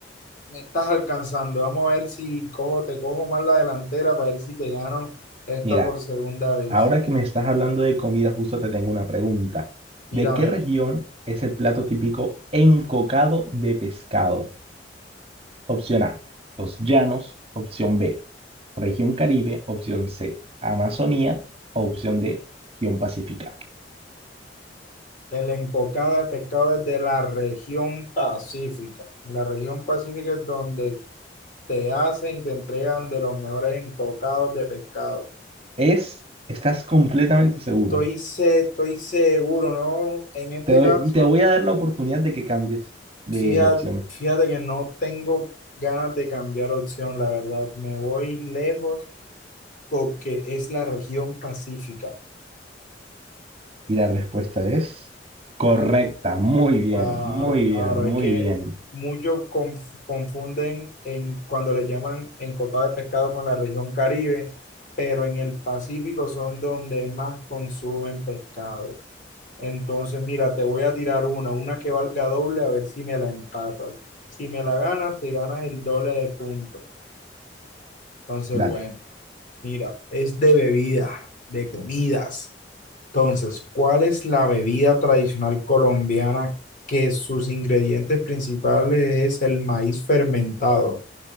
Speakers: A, on the left; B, on the right.
A: me estás alcanzando. Vamos a ver si cojo, te cojo más la delantera para ver si te gano esta
B: Mira,
A: por segunda vez.
B: ahora que me estás hablando de comida, justo te tengo una pregunta.
A: Tíramela.
B: ¿De qué región es el plato típico encocado de pescado? Opción A, los llanos. Opción B, región Caribe. Opción C, Amazonía. Opción D, región Pacífica.
A: El encocado de pescado es de la región pacífica. En la región pacífica es donde te hacen y te entregan de los mejores encocados de pescado.
B: Es, estás completamente seguro.
A: Estoy, se- estoy seguro, ¿no? En este
B: Te doy-
A: caso,
B: te voy a dar la oportunidad de que cambies de,
A: Fíjate,
B: de opción.
A: fíjate que no tengo ganas de cambiar opción, la verdad. Me voy lejos porque es la región pacífica.
B: Y la respuesta es correcta. Muy bien,
A: Claro,
B: muy
A: claro.
B: bien, muy
A: Es que
B: bien.
A: muchos conf- confunden en, cuando le llaman encotada de pescado con la región Caribe, pero en el Pacífico son donde más consumen pescado. Entonces, mira, te voy a tirar una, una que valga doble, a ver si me la empatas. Si me la ganas, te ganas el doble de puntos. Entonces,
B: Dale.
A: bueno. Mira, es de bebidas, de comidas. Entonces, ¿cuál es la bebida tradicional colombiana que sus ingredientes principales es el maíz fermentado?